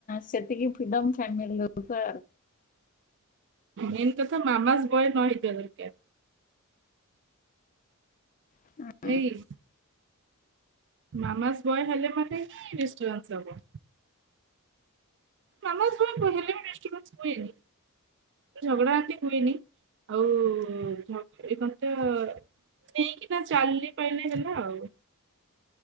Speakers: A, on the left; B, on the right.
A: ସେତିକି ଫିଡମ୍ ଫାମିଲି ରହୁଥା
B: ମେନ୍ କଥା ମାମାସ୍ ବୟନ୍ ନହେଇଥିବା ଦରକାର୍।
A: <inaudible>
B: ନେଇସ୍ ମାମାସ୍ ବୟ ହେଲେ ମାନେହିଁ ଡିଷ୍ଟର୍ବାନ୍ସ ହବ। ମାମାସ୍ ବୟ ହେଲେବି ଡିଷ୍ଟ୍ରବାନ୍ସ ହୁଏନି। ଝଗଡ଼ାଆନ୍ତି ହୁଏନି ଆଉ ଝଗ ଏଇ କଣତ ନେଇକିନା ଚାଲି ପାଇଲେ ହେଲା ଆଉ।